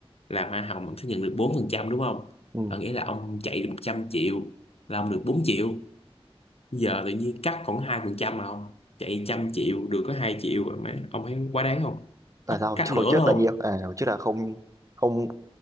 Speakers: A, on the left (about 75°); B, on the right (about 30°).
A: là hoa hồng ông sẽ nhận được bốn phần trăm đúng không
B: ừ.
A: Ờ, nghĩa là ông chạy được 100 triệu là ông được bốn triệu giờ tự nhiên cắt còn hai phần trăm mà ông chạy trăm triệu được có hai triệu rồi mà ông thấy quá đáng không
B: tại
A: cắt
B: sao
A: cắt
B: hồi
A: nửa
B: trước
A: luôn
B: là nhiêu à hồi trước là không không